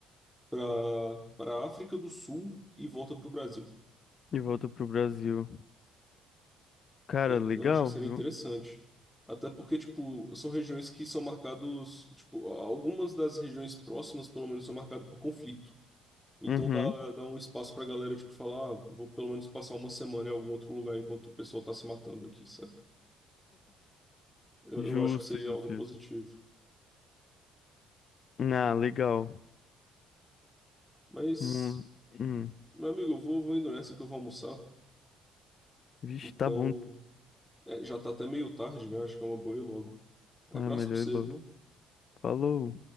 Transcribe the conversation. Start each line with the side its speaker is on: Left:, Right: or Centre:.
Centre: para para a África do Sul e volta para o Brasil.
Left: E volta pro Brasil. Cara,
Centre: É,
Left: legal,
Centre: Eu acho que seria
Left: viu?
Centre: interessante. Até porque, tipo, são regiões que são marcados, tipo, algumas das regiões próximas, pelo menos, são marcadas por conflito. Então
Left: Uhum.
Centre: dá, dá um espaço pra galera, tipo, falar, ah, vou pelo menos passar uma semana em algum outro lugar enquanto o pessoal tá se matando aqui, sabe? Eu,
Left: Justo,
Centre: eu acho que seria
Left: justo,
Centre: algo positivo.
Left: justo. Ah, legal.
Centre: Mas,
Left: Hum, hum.
Centre: meu amigo, eu vou, vou indo nessa que eu vou almoçar.
Left: Vixe,
Centre: Então,
Left: tá bom.
Centre: É, já tá até meio tarde, né? Acho que é uma boa ir logo. Um
Left: É
Centre: abraço
Left: melhor
Centre: pra você,
Left: ir logo.
Centre: viu?
Left: Falou.